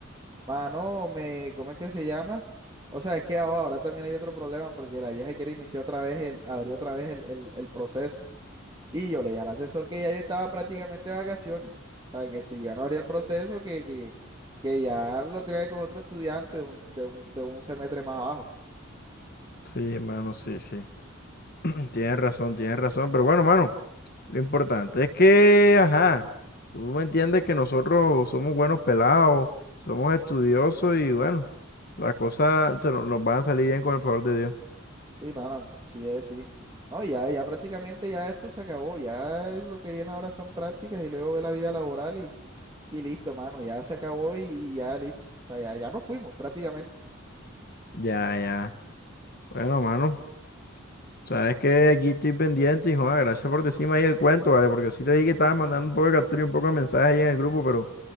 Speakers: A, on the right; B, on the left.
A: Mano, me, ¿cómo es que se llama? O sea, es que ahora ahora también hay otro problema porque la vieja quiere iniciar otra vez el, abrir otra vez el, el- el proceso. Y yo le dije al asesor que ya yo estaba prácticamente de vacaciones. O sea, que si iban a abrir el proceso, que, que, que ya lo tenía que coger otro estudiante de un, de un, de un semestre más abajo.
B: Sí, mano, sí, sí. <clears throat> Tienes razón, tienes razón, pero bueno, mano, lo importante es que, ajá, tú me entiendes que nosotros somos buenos pelados, somos estudiosos y bueno, las cosas se nos, nos van a salir bien con el favor de Dios.
A: Sí, mano, así es, sí. No, ya, ya prácticamente ya esto se acabó. Ya lo que viene ahora son prácticas y luego ve la vida laboral y, y listo, mano. Ya se acabó y, y ya listo. O sea, ya, ya nos fuimos prácticamente.
B: Ya, ya. Bueno, mano, sabes que aquí estoy pendiente y joder, gracias por decirme ahí el cuento, ¿vale? Porque sí te dije que estabas mandando un poco de captura y un poco de mensajes ahí en el grupo, pero